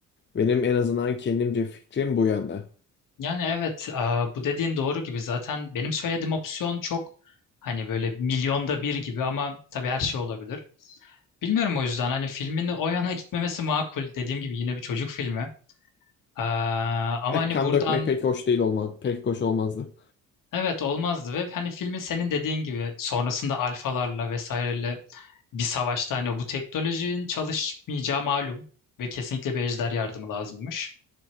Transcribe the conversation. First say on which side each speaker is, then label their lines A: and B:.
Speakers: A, on the left (about 30°); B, on the left (about 65°).
A: Benim en azından kendimce fikrim bu yönde.
B: Yani evet, aa, bu dediğin doğru gibi. Zaten benim söylediğim opsiyon çok hani böyle milyonda bir gibi ama tabii her şey olabilir. Bilmiyorum o yüzden hani filmin o yana gitmemesi makul. Dediğim gibi yine bir çocuk filmi. Aa, ama
A: Eh,
B: hani
A: kan
B: buradan
A: dökmek pek hoş değil olmaz, pek hoş olmazdı.
B: Evet olmazdı ve hani filmin senin dediğin gibi sonrasında alfalarla vesaireyle bir savaşta hani bu teknolojinin çalışmayacağı malum ve kesinlikle bir ejder yardımı lazımmış.